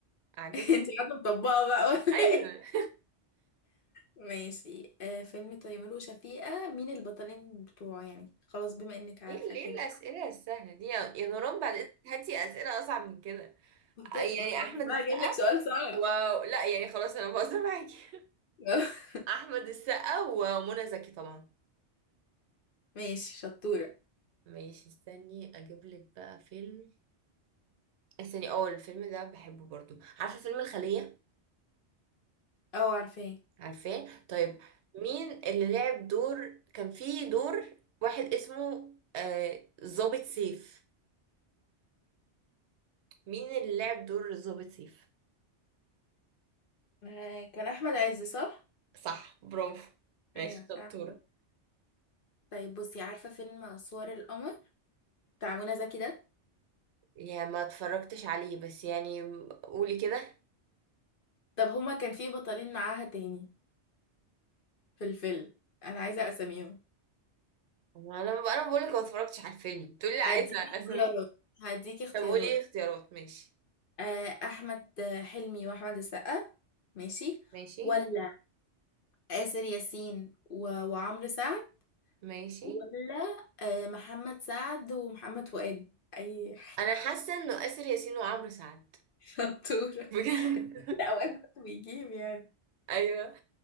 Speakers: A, on the right (about 75°); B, on the left (about 55°).
A: اعجبك
B: انت قاعده مطبقه بقى ولا
A: ايوه
B: ايه
A: <laughs>
B: ماشي آه، فيلم تيمور وشفيقة مين البطلين بتوعه يعني خلاص بما انك عارفه
A: ايه ال-
B: كده
A: ايه الاسئله السهله دي يا يا نوران بعد اذنك هاتي اسئله اصعب من كده
B: ما بت-
A: يعني
B: ما تخليني
A: احمد
B: بقى
A: السقا
B: اجيب لك سؤال صعب
A: و لا يعني خلاص انا بهزر معاكي <laughs>
B: <laughs>
A: احمد السقا ومنى زكي طبعا
B: ماشي شطورة
A: ماشي استني اجيب لك بقى فيلم استني اه الفيلم ده بحبه برضو عارفه فيلم الخليه
B: اه عارفاه
A: عارفاه طيب مين اللي لعب دور كان في دور واحد اسمه آه، ظابط سيف مين اللي لعب دور ظابط سيف
B: آه، كان احمد عز صح
A: صح برافو ماشي
B: ايوه صح
A: شطورة
B: طيب بصي عارفة فيلم صور القمر بتاع منى زكي ده
A: يا ما اتفرجتش عليه بس يعني قولي كده
B: طب هما كان في بطلين معاها تاني في الفيلم انا عايزة اساميهم
A: ما انا انا بقول لك ما اتفرجتش على الفيلم تقولي لي عايزه
B: هديكي
A: اساميها
B: اختيارات هديكي اختيارات
A: طب قولي اختيارات ماشي
B: آه، احمد حلمي واحمد السقا ماشي
A: ماشي
B: ولا آسر ياسين و... وعمرو سعد
A: ماشي
B: ولا آه، محمد سعد ومحمد فؤاد اي
A: انا حاسه انه اسر ياسين وعمرو سعد
B: <laughs> شطورة
A: بجد
B: لا اوقات برضه بيجيب يعني
A: <laughs> ايوه